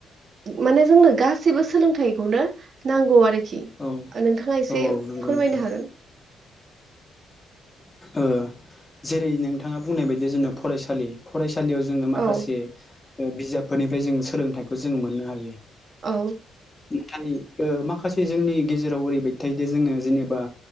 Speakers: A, on the right; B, on the left.
A: माने जोंनो गासैबो सोलोंथाइखौनो नांगौ आरोखि।
B: औ
A: खि नोंथाङा एसे
B: औ औ नंगौ
A: फोरमायनो
B: नोंथां।
A: हागोन
B: ओ जेरै नोंथाङा बुंनाय बायदि जोंनो फरायसालि फराय सालियाव जोङो
A: औ
B: माखासे ओ बिजाबफोरनिफ्राय जों सोलोंथाइखौ जों मोननो हायो।
A: औ।
B: नाथाय ओ माखासे जोंनि गेजेराव ओरैबाय थायोदे जोङो जेनेबा